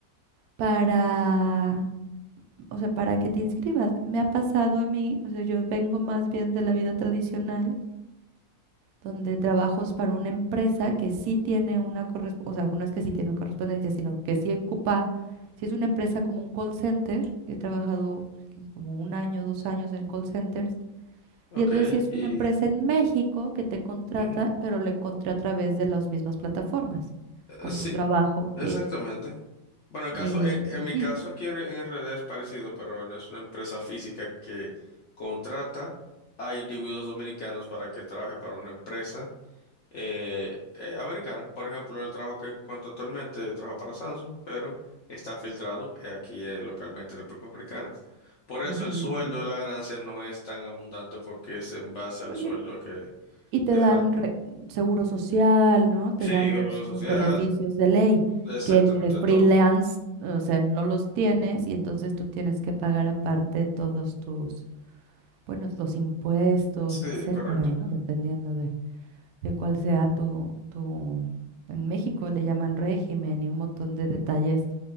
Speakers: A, on the right (about 75°); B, on the left (about 80°).
A: para o sea, para que te inscribas. Me ha pasado a mí, o sea, yo vengo más bien de la vida tradicional, donde trabajos para una empresa que sí tiene una correspondencia, o sea, no es que sí tiene una correspondencia, sino que sí ocupa, si es una empresa como un call center, he trabajado como un año, dos años en call centers,
B: Ok,
A: y entonces si es
B: y
A: una empresa en México que te contrata,
B: ujú,
A: pero la encontré a través de las mismas plataformas,
B: eh,
A: CompuTrabajo
B: sí, exactamente.
A: y,
B: Bueno, el
A: y
B: caso, en, en
A: Indeed.
B: mi caso aquí en en R D es parecido, pero no es una empresa física que contrata a individuos dominicanos para que trabaje para una empresa eh, eh, americana. Por ejemplo, el trabajo que cuento actualmente, yo trabajo para Samsung, pero está filtrado eh, aquí eh, localmente en República Dominicana. Por eso
A: Ujú,
B: el sueldo de la ganancia no es tan abundante porque es en base al
A: ujú.
B: sueldo que
A: Y te
B: de
A: dan
B: re-
A: re- seguro social, ¿no? Te
B: sí,
A: dan
B: Seguro
A: los,
B: Social,
A: los beneficios de ley,
B: Exactamente
A: que en de freelance,
B: todo.
A: o sea, no los tienes y entonces tú tienes que pagar aparte todos tus, bueno, los impuestos,
B: Sí,
A: etcétera,
B: correcto.
A: ¿no? Dependiendo de, de cuál sea tu, tu, en México le llaman régimen y un montón de detalles